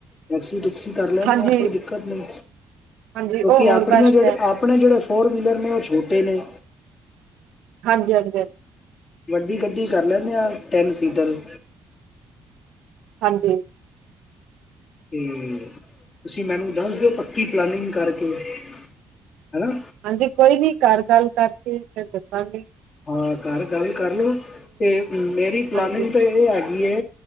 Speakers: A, on the left; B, on the right.
A: ਟੈਕਸੀ-ਟੁਕਸੀ ਕਰ ਲੈਂਨੇ
B: ਹਾਂਜੀ
A: ਹਾਂ ਕੋਈ ਦਿੱਕਤ ਨਹੀਂ।
B: ਹਾਂਜੀ
A: ਕਿਉਂਕਿ
B: ਉਹ ਹੋਰ
A: ਆਪਣੀਆਂ
B: ਬੈਸਟ
A: ਜਿਹੜੇ
B: ਹੈ
A: ਆਪ ਆਪਣੇ ਜਿਹੜੇ ਫੋਰ ਵੀਲਰ ਨੇ ਉਹ ਛੋਟੇ ਨੇ
B: ਹਾਂਜੀ ਹਾਂਜੀ ਹਾਂਜੀ।
A: ਵੱਡੀ ਗੱਡੀ ਕਰ ਲੈਂਦੇ ਆ, ਟੈਨ ਸੀਟਰ ਦੀ।
B: ਹਾਂਜੀ।
A: ਤੇ ਤੁਸੀਂ, ਮੈਨੂੰ ਦੱਸ ਦਿਓ ਪੱਕੀ ਪਲਾਨਿਂਗ ਕਰਕੇ ਹੈਨਾ।
B: ਹਾਂਜੀ। ਕੋਈ ਨੀ ਘਰ ਗੱਲ ਕਰਕੇ ਫੇਰ ਦੱਸਾਂਗੀ।
A: ਹਾਂ ਘਰ ਗੱਲ ਕਰ ਲੋ। ਤੇ ਮੇਰੀ ਪਲਾਨਿੰਗ
B: ਹਾਂਜੀ
A: ਤਾਂ ਇਹ ਹੈਗੀ ਏ।